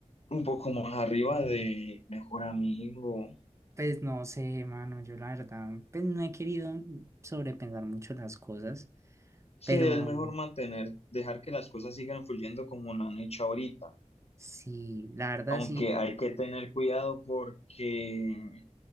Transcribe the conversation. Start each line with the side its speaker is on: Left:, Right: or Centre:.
Left: un poco más arriba de mejor amigo.
Right: Pues no sé, mano, yo la verdad, pues no he querido sobrepensar mucho las cosas,
Left: Sí,
Right: pero
Left: es mejor mantener, dejar que las cosas sigan fluyendo como lo han hecho ahorita.
Right: sí, la verdad
Left: Aunque
Right: sí,
Left: hay que tener cuidado porque